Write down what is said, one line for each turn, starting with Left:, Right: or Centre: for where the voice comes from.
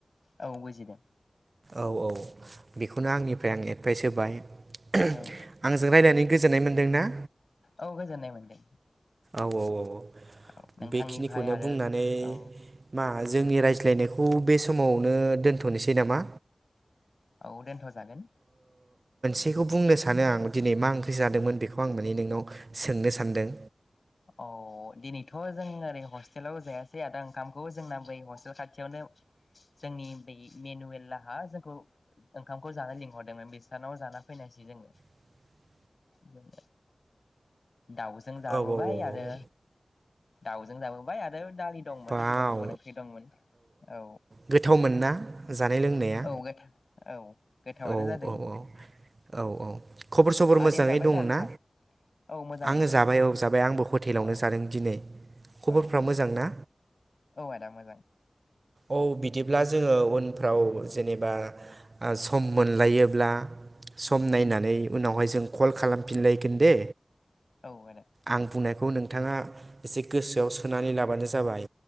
Left: औ बुजिदों।
Right: औ-औ बेखौनो आंनिफ्राय आं एडभाइस होबाय आंजों
Left: औ
Right: रायजनानै गोजोन्नाय मोन्दों ना?
Left: औ गोजोननाय मोनदों।
Right: औ-औ-औ
Left: औ नोंथांनिफ्राय
Right: बेखिनिखौनो
Left: आरो
Right: बुंनानै
Left: औ
Right: मा जोंनि रायज्लायनायखौ बे समावनो दोनथ'नोसै नामा।
Left: औ दोनथ'जागोन।
Right: बेखौ
Left: औ
Right: बुंनो सानो आं दिनै मा ओंख्रि जादोंमोन
Left: औ
Right: बेखौ आं माने नोंनाव सोंनो सान्दों।
Left: औ दिनैथ' जों ओरै हस्टेलाव जायासै आदा ओंखामखौ जोंना बै हस्टेल खाथियावनो जोंनि बै मेनुयेललाहा जोंखौ ओंखामखौ जानो लिंहरदोंमोन बिस्रानाव जाना फैनायसै जोङो।
Right: <inaudible>
Left: जोङो दाउजों जाबोबाय
Right: औ औ औ
Left: आरो
Right: औ औ
Left: दाउजों जाबोबाय आरो दालि दंमोन
Right: बाव
Left: गुबुन- गुबुन ओंख्रि दंमोन औ।
Right: गोथावमोन ना जानाय लोंनाया
Left: औ गोथां औ गोथावानो
Right: औ
Left: जादों।
Right: औ औ औ औ खबर सबर
Left: आदाया
Right: मोजाङै
Left: जाबाय
Right: दङ
Left: दा ओंखाम
Right: ना
Left: औ मोजाङैनो
Right: आङो
Left: दं
Right: जाबाय औ जाबाय आंबो हटेलावनो
Left: औ
Right: जादों। आं दिनै
Left: औ
Right: खबरफ्रा मोजां ना?
Left: औ आदा मोजांव
Right: औ बिदिब्ला जोङो उनफ्राव जेनेबा ओ सम मोनलायोब्ला सम नायनानै उनावहाय जों कल खालामफिनलायगोन दे
Left: औ आदा
Right: आं बुंनायखौ नोंथाङा एसे गोसोआव सोनानै लाबानो जाबाय।